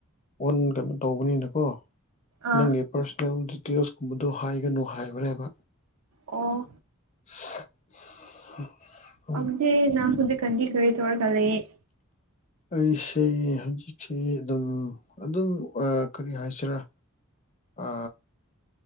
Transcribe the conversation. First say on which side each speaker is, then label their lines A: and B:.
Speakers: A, on the left; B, on the right.
A: ꯑꯣꯟ ꯀꯩꯅꯣ ꯇꯧꯕꯅꯤꯅꯀꯣ
B: ꯑꯥ
A: ꯅꯪꯒꯤ ꯄꯥꯔꯁꯣꯅꯦꯜ ꯗꯤꯇꯦꯜꯁꯀꯨꯝꯕꯗꯨꯣ ꯍꯥꯏꯒꯅꯨ ꯍꯥꯏꯕꯅꯦꯕ
B: ꯑꯣ
A: <unintelligible> ꯎꯝ
B: ꯍꯧꯖꯦ ꯅꯅꯥꯖꯦ ꯀꯟꯤ ꯀ ꯇꯔꯒ ꯂꯩꯌꯦꯦ
A: ꯑꯩꯁꯦ ꯍꯧꯖꯤꯛꯁꯤ ꯑꯗꯨꯝ ꯑꯗꯨꯝ ꯀꯔꯤ ꯍꯥꯏ ꯇꯆꯔ ꯑ